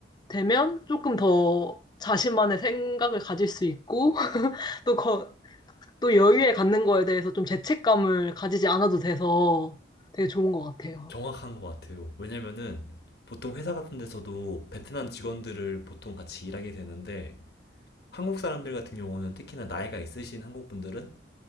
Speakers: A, on the left (about 25°); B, on the left (about 60°).
A: 되면 조금 더 자신만의 생각을 가질 수 있고, <laughs> 또, 거, 또 여유에 갖는 거에 대해서 좀 죄책감을 가지지 않아도 돼서 되게 좋은 것 같아요.
B: 정확한 것 같아요. 왜냐면은 보통 회사 같은 데서도 베트남 직원들을 보통 같이 일하게 되는데 한국 사람들 같은 경우는 특히나 나이가 있으신 한국 분들은